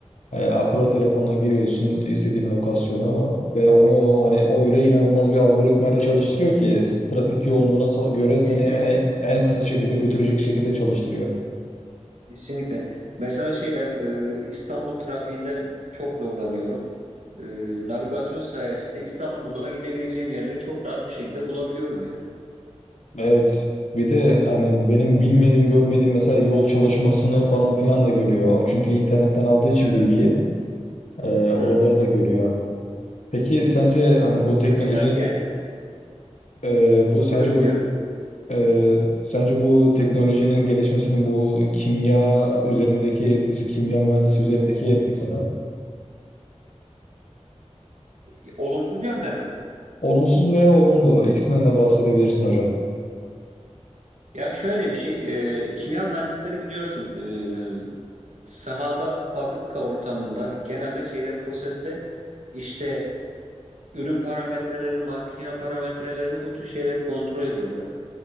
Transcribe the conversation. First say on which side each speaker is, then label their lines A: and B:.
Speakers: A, on the left; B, on the right.
A: E, akıllı telefonuna giriyorsun istediğin lokasyonu ve onu hani o öyle inanılmaz bir algoritmayla çalıştırıyor ki trafik yoğunluğuna so- göre seni
B: Kesinlikle,
A: en, en kısa şekilde götürecek şekilde çalıştırıyor.
B: kesinlikle. Mesela şey ben e, İstanbul trafiğinde çok zorlanıyorum. E, navigasyon sayesinde İstanbul'da gidebileceğim yerleri çok rahat bir şekilde bulabiliyorum yani.
A: Evet, bir de hani benim bilmediğim, görmediğim mesela yol çalışmasını falan filan da görüyor. O çünkü internetten aldığı için
B: evet.
A: bilgiyi e,
B: Hı
A: oraları
B: hı.
A: da görüyor. Peki sence hani bu teknoloji
B: E, yani gerçekten
A: e, bu sence
B: buyur dinliyorum.
A: bu e, sence bu teknolojinin gelişmesinin bu kimya üzerindeki etkisi, kimya mühendisi üzerindeki etkisi
B: E, Olumsuz yönde mi?
A: olumsuz veya olumlu? İkisinden de bahsedebilirsin hocam.
B: Ya şöyle bir şey, e, kimya mühendisleri biliyorsun, e, sahada, fabrika ortamında genelde şeyde proseste işte ürün parametrelerini, makine parametrelerini bu tür şeyleri kontrol ediyorlar.